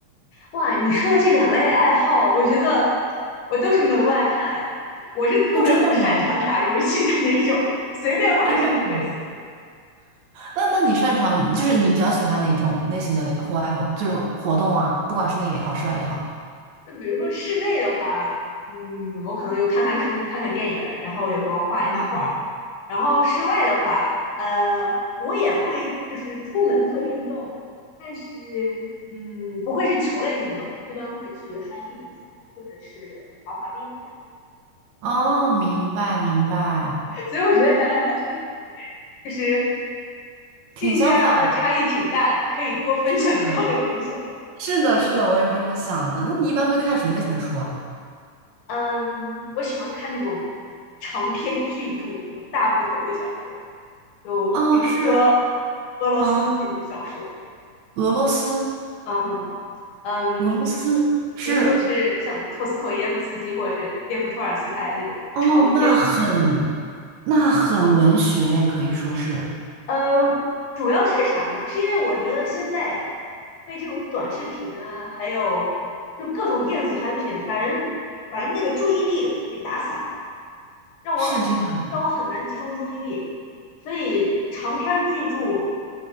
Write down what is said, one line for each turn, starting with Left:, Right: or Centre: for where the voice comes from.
Left: 哇，你说的这两类爱好，我觉得我都是门外汉哎，我是特别不擅长打游戏的那种，
Right: 哦，真的吗？
Left: 随便玩一下都会死。
Right: 真的吗？那那你擅长，就是你比较喜欢哪种类型的户外活，就是活动啊，不管室内也好，室外也好。
Left: 就比如说室内的话，嗯，我可能有看看书、看看电影儿，然后有时候画一下画儿。
Right: 啊，
Left: 然后室外的话，呃，我也会就是出门做运动，但是嗯，不会是球类运动，一般会去 hiking 一下，或者是滑滑冰这样。
Right: 哦，明白明白，
Left: 所以我觉得咱俩还真是
Right: 挺相反，
Left: 兴趣爱好差异挺大的，可以多分享交流一下。
Right: 是的，是的，是的，我也是这么想的。那你一般会看什么类型的书啊？
Left: 嗯，我喜欢看那种长篇巨著，那种大部头的小说。就比如说
Right: 哦，是，
Left: 俄罗斯的那种小说，
Right: 嗯，俄罗斯，
Left: 嗯哼，嗯，
Right: 俄罗斯是，
Left: 比如说是像托斯托耶夫斯基或者是列夫托尔斯泰的那种长篇巨著。
Right: 哦，那很，那很文学也可以说是
Left: 嗯，主要是啥呢？是因为我觉得现在被这种短视频啊，还有就各种电子产品，把人把人那个注意力给打散了。让我让我很难集中注意力。
Right: 是这样。
Left: 所以长篇儿巨著，